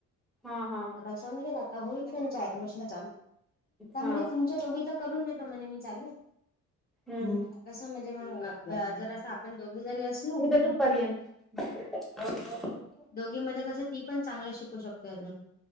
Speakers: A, in the centre; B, on the left.
A: हा हा
B: आता समजल आता होईल तुमच ऍडमिशन चालू त्यामधे
A: हा
B: तुमच्या दोघीच करून देत त म्हणे मी चालू
A: हम्म
B: कसं म्हणजे, मंग जर आपण दोघे जरी असलो
A: उद्या दुपारी या <unintelligible>
B: दोघी मध्ये कसं टि पण चांगलं शिकू शकतोय अजून